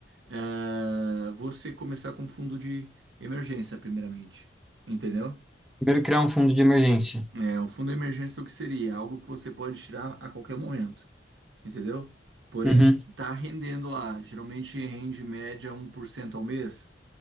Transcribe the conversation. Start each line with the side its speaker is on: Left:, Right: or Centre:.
Right: É você começar com fundo de emergência, primeiramente, entendeu?
Centre: Primeiro criar um fundo de emergência.
Right: É, um fundo de emergência, o que seria? Algo que você pode tirar a qualquer momento. entendeu? Porém,
Centre: Uhum.
Right: tá rendendo lá. Geralmente rende em média um por cento ao mês,